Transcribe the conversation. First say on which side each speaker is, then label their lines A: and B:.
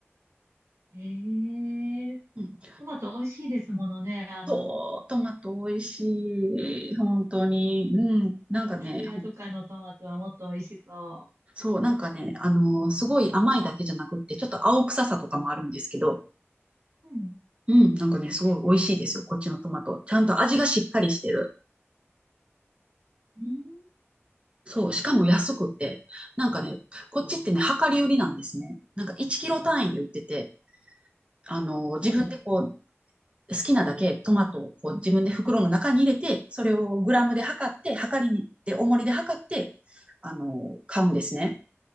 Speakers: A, on the right; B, on the right.
A: ええ
B: うん、
A: トマト美味しいですものね。あの、
B: そう、トマト美味しい。本当に。うん。なんかね、
A: イタリアとかのトマトはもっと美味しそ
B: ほんそう、なんかね、あの、すごい甘いだけじゃなくって、ちょっと青臭さとかもあるんですけど、
A: う。うん。
B: うん、なんかね、すごい美味しいですよ、こっちのトマト。ちゃんと味がしっかりしてる。
A: うん。
B: そう、しかも安くって、なんかね、こっちってね、量り売りなんですね。なんか1キロ単位で売ってて、あの、自分でこう、
A: おう。
B: 好きなだけトマトをこう自分で袋の中に入れて、それをグラムで測って、測りに行って、重りで測って、あの、買うんですね。